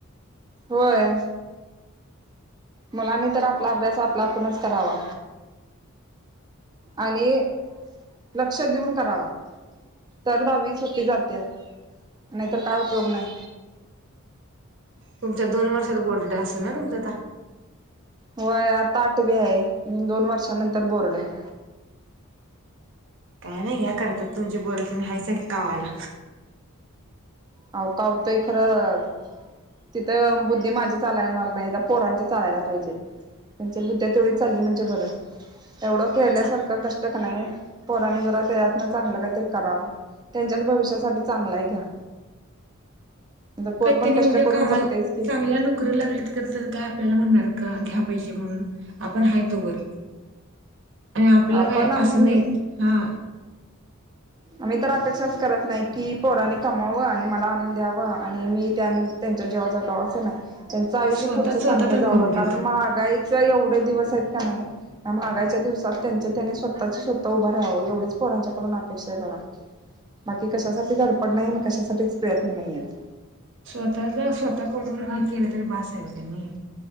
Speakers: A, on the right; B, on the right.
A: होय मुलांनी तर आपला अभ्यास आपला आपणच करावा आणि लक्ष देऊन करावा तर दहावी सुटी जाते नाहीतर काय उपयोग नाही
B: तुमच्या दोन वर्षात बोर्ड असेल ना तुमच्या आता
A: होय आता आठवी आहे म्ह दोन वर्षा नंतर बोर्ड आहे
B: काय नाही घ्या करतात तुमचे बोर तुम्ही हय क कावायला
A: हो का होतोय खरं तिथं बुद्धी माझी चालाणार नाही पोरांचे चालायला पाहिजे त्यांच्या बुद्ध्या तेवढी चालली म्हणजे बरं तेवढं खेळल्यासारखं
B: चल
A: कष्ट का नाही पोरानी जरा त्यातन चांगलं काहीतरी करावं त्यांच्याच भविष्यासाठी चांगला आहे घ्या म्हणजे कोण
B: कातनी
A: पण कष्ट
B: उद्या
A: करून
B: कामाला
A: जगतेच की
B: चांगल्या नोकरी लागली करसेल काय आपल्याला म्हणणार का घ्या पैसे म्हणून आपण हाय तोवर आणि आपलं
A: आपण
B: काय
A: आम्ही
B: असं नाही हा
A: आम्ही तर अेक्षाच करत नाही की पोरनी कमावं आणि मला आणनून द्यावं आणि मी त्यां त्यांच्या जेव्हा जातावं असं नाही त्यांचं आयुष्य
B: स्वतः
A: पुढचं
B: स्वतः
A: चांगलं
B: तर
A: जावं
B: करू देत
A: कारण महागाई एवढे दिवस आहेत का नाही मग आाच्या दिवसात त्यां त्यांनी स्वतः चे स्वतः उभं राहावं एवेच पोरांच्याकडून करा बाकी कशासाठीच डपड नाही कशासाठीच प्रयत्न नाहीयेत
B: स्वतःच स्वतः कमवून हे केलं तरी बसा आहेव त्यांनी